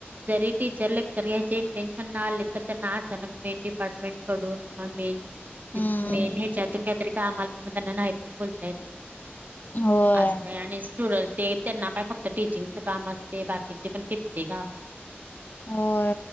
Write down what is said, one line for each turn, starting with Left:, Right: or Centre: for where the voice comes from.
Right: जरी टीचर लेक्चर घ्यायचे ईटेन्शन न आले तर त्यांना असा ना मेन डिपार्टमेंट कडून किंवा मेन
Left: हम्म
Right: मेन ह्याच्यातून काहीतरी काम आलं कि म त्यांना नाही पण बोलताय.
Left: होय
Right: अस आणि स्टुडंट ते त्यांना काय फक्त टीचिंगच काम असते बाकीचे पण किती काम असते. <inaudible>
Left: हो.